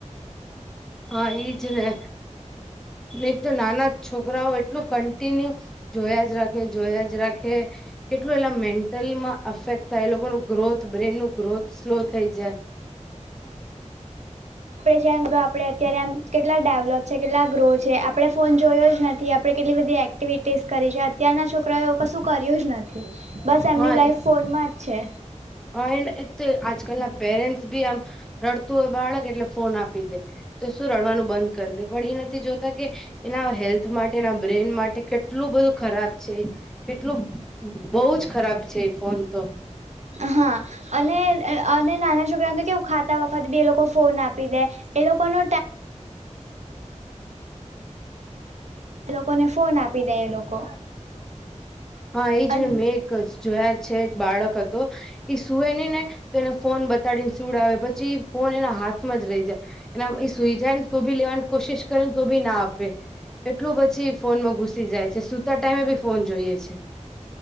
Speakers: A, in the centre; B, on the right.
A: હા, ઈજ ને એક તો નાના છોકરાઓ એટલું કન્ટિન્યુ જોયા જ રાખે જોયા જ રાખે કેટલું એલા મેન્ટલમાં અફેક્ટ થાય એ લોકો નું ગ્રોથ બ્રેન નું ગ્રોથ સ્લો થઈ જાય.
B: આપડે જેમ ગા આપડે અત્યારે આમ કેટલા ડેવલોપ છે કેટલા ગ્રો છે આપડણે ફોન જોયો જ ન થી આપડે કેટલી બધી એક્ટિવિટીઝ કરી છે અતારના છોકરાએ એ કશું કર્યું જ ન થી. બસ એમની
A: હા
B: લાઈફ ફોનમાં જ છે.
A: હા, એ તે આજકાલના પેરેન્ટસ બી આમ રડતું હોય બાળક એટલે ફોન આપી દે. તો શું રડવાનું બંધ કરી દે પણ એ નથી જોતા કે એના હેલ્થ માટે એના બ્રેન માટે કેટલું બધું ખરાબ છે. કેટલું બહું જ ખરાબ છે એ ફોન તો.
B: હા. અને અહ અને નાના છોકરાને તો કેવું ખાતા વખત બી એ લોકો ફોન આપી દે એ લોકોનો તે લોકોને ફોન આપી દે એ લોકો.
A: હા, એ જો
B: અને
A: મેં એક જોયા છે એક બાળક હતો એ સુવે ને ને તો એને ફોન બતાડીને સુવડાવી પછી ફોન એના હાથમાં જ રહી જાય. એના એ સુઈ જાયને તો બી લેવાની કોશિશ કરે ને તો બી ના આપે એટલું પછી ફોન માં ઘુસી જાય છે સુતા ટાઈમે બી ફોન જોઈએ છે.